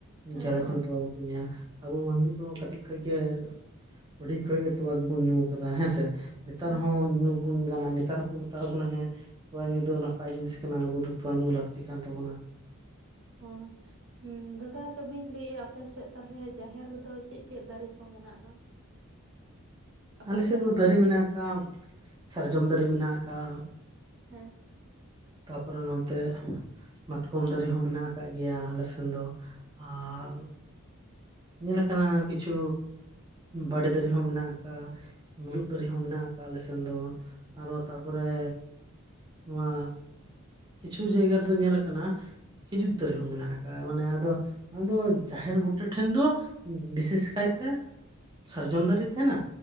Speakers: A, on the right (about 60°); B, on the right (about 20°).
A: ᱦᱮᱸ
B: ᱡᱟᱞᱮ
A: ᱦᱮᱸ
B: ᱠᱷᱚᱱ ᱛᱚᱣᱟ ᱵᱟᱠᱚ ᱧᱩᱭᱟ᱾ ᱟᱵᱚ ᱢᱟᱹᱱᱢᱤ ᱫᱚ ᱠᱟᱹᱴᱤᱡ ᱠᱷᱚᱡ ᱜᱮ ᱦᱩᱰᱤᱧ ᱠᱷᱚᱡ ᱜᱮ ᱛᱚᱣᱟ ᱜᱮᱵᱚᱱ ᱧᱩ ᱟᱠᱟᱫᱟ ᱦᱮᱸ ᱥᱮ᱾ ᱱᱮᱛᱟᱨ
A: ᱦᱩᱸ
B: ᱦᱚᱸ ᱧᱩ ᱵᱚᱱ ᱜᱟᱱᱟ ᱱᱮᱛᱟᱨ ᱦᱚᱸᱠᱚ ᱢᱮᱛᱟ ᱵᱚᱱᱟ ᱦᱮᱸ ᱛᱚᱣᱟ ᱧᱩ ᱫᱚ ᱱᱟᱯᱟᱭ ᱡᱤᱱᱤᱥ ᱠᱟᱱᱟ ᱟᱵᱚ ᱫᱚ ᱛᱚᱣᱟ ᱧᱩ ᱞᱟᱹᱠᱛᱤ ᱠᱟᱱ ᱛᱟᱵᱚᱱᱟ᱾
A: ᱦᱳᱭ ᱦᱮᱸ ᱫᱟᱫᱟ ᱛᱚᱵᱮᱧ ᱞᱟᱹᱭ ᱮᱼᱟ ᱟᱯᱮᱥᱮᱫ ᱛᱟᱞᱦᱮ ᱡᱟᱦᱮᱨ ᱨᱮᱫᱚ ᱪᱮᱫ ᱪᱮᱫ ᱫᱟᱨᱮ ᱠᱚ ᱢᱮᱱᱟᱜᱼᱟ? ᱟᱯᱮᱭᱟᱜ
B: ᱟᱞᱮ ᱥᱮᱫ
A: ᱡᱟᱦᱮᱨ
B: ᱫᱚ ᱫᱟᱨᱮ
A: ᱨᱮ
B: ᱢᱮᱱᱟᱜ ᱟᱠᱟᱜᱼᱟ ᱥᱟᱨᱡᱚᱢ ᱫᱟᱨᱮ ᱢᱮᱱᱟᱜ ᱟᱠᱟᱜᱼᱟ᱾
A: ᱦᱮᱸ
B: ᱛᱟᱯᱚᱨᱮ ᱱᱚᱱᱛᱮ ᱢᱟᱛᱠᱚᱢ ᱫᱟᱨᱮ ᱦᱚᱸ ᱢᱮᱱᱟᱜ ᱟᱠᱟᱫ ᱜᱮᱭᱟ ᱟᱞᱮ ᱥᱮᱱ ᱫᱚ ᱟᱨ ᱧᱮᱞ ᱟᱠᱟᱱᱟ ᱠᱤᱪᱷᱩ ᱵᱟᱲᱮ ᱫᱟᱨᱮ ᱦᱚᱸ ᱢᱮᱱᱟᱜ ᱟᱠᱟᱜᱼᱟ᱾ ᱢᱩᱨᱩᱫ ᱫᱟᱨᱮ ᱦᱚᱸ ᱢᱮᱱᱟᱜ ᱟᱠᱟᱜᱼᱟ ᱟᱞᱮ ᱥᱮᱱ ᱫᱚ ᱟᱨ ᱦᱚ ᱛᱟᱨᱯᱚᱨᱮ ᱱᱚᱣᱟ ᱠᱤᱪᱷᱩ ᱡᱟᱭᱜᱟ ᱨᱮᱫᱚ ᱧᱮᱞ ᱠᱟᱱᱟ᱾ ᱠᱷᱤᱡᱩᱨ ᱫᱟᱨᱮ ᱦᱚᱸ ᱢᱮᱱᱟᱜ ᱟᱠᱟᱜᱼᱟ ᱢᱟᱱᱮ ᱟᱫᱚ ᱚᱱᱟᱫᱚ ᱡᱟᱦᱮᱨ ᱵᱩᱴᱟᱹ ᱴᱷᱮᱱ ᱫᱚ ᱵᱤᱥᱮᱥ ᱠᱟᱭᱛᱮ
A: ᱦᱮᱸ ᱦᱮᱸ
B: ᱥᱟᱨᱡᱚᱢ ᱫᱟᱨᱮ ᱛᱟᱦᱮᱱᱟ